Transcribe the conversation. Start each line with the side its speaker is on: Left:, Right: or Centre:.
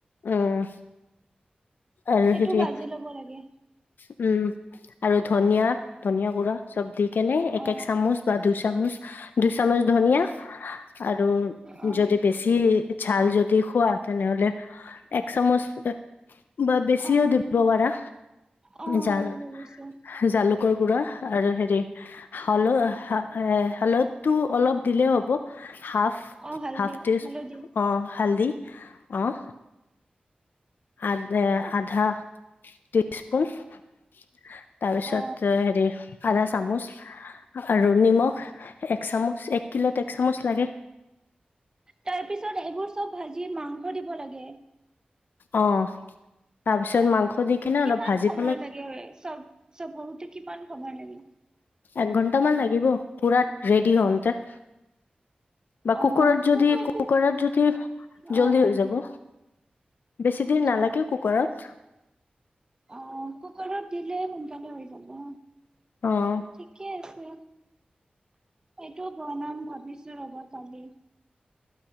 Left: উমঁ'। আৰু
Right: সেইটো
Left: হেৰি
Right: ভাজি ল'ব লাগে
Left: উমঁ। আৰু ধনিয়া, ধনিয়া গুৰা চ'ব দি কেনে এক
Right: অ
Left: এক চামুচ বা দুই চামুচ দুই চামুচ ধনিয়া আৰু
Right: অ
Left: যদি বেছি ঝাল যদি খোৱা তেনে হ'লে এক চামুচ বা বেছিও
Right: অ
Left: দিব পাৰা
Right: অ
Left: ঝাল।
Right: বুজিছো
Left: জালুকৰ গুৰা আৰু হেৰি <unintelligible> টো অলপ দিলে হ'ব হাফ,
Right: অ হালধি
Left: হাফ টিছ
Right: হালধি
Left: অঁ' হালধি। অঁ। আ-আন্দা টি <unintelligible> তাৰ পিছত
Right: অ
Left: হেৰি আধা চামুচ- আৰু নিমখ এক চামুচ, এক কিলত এক চামুচ লাগে।
Right: তাৰ পিছত এইবোৰ চ'ব ভাজি মাংস দিব লাগে।
Left: অঁ' তাৰ পিছত
Right: অ
Left: মাংস দি কিনে
Right: কিমান
Left: অলপ ভাজিব
Right: সময় লাগে হয়। চ'ব চ'ব হওঁতে কিমান সময় লাগে।
Left: এক ঘন্টামান লাগিব পুৰা ৰেডি হওঁতে। বা
Right: অ
Left: কুকৰত যদি
Right: কুকাৰ
Left: কুকাৰত যদি
Right: অ
Left: জল্দি হৈ যাব। বেছি
Right: আচ্ছা
Left: দেৰি নালাগে কুকাৰত।
Right: অ কুকাৰত দিলে সোনকালে হৈ যাব।
Left: অঁ।
Right: ঠিকে আছে। এইটো বনাম ভাবিছো ৰ'বা কালি।